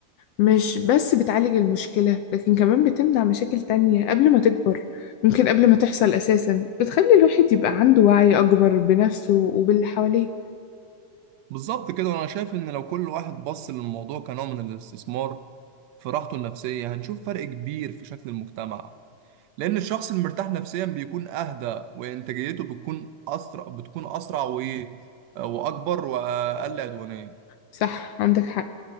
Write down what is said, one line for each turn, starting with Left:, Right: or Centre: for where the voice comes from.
Left: مش بس بتعالج المشكلة لكن كمان بتمنع مشاكل تانية قبل ما تكبر ممكن قبل ما تحصل أساسا بتخلي الواحد يبقى عنده وعي أكبر بنفسه وباللي حواليه
Right: بالظبط كده وأنا شايف إن لو كل واحد بص للموضوع كنوع من الاستثمار في راحته النفسية هنشوف فرق كبير في شكل المجتمع لأن الشخص المرتاح نفسيا بيكون أهدى وإنتاجيته بتكون أسرع بتكون أسرع وإيه وأكبر وأقل عدوانية
Left: صح عندك حق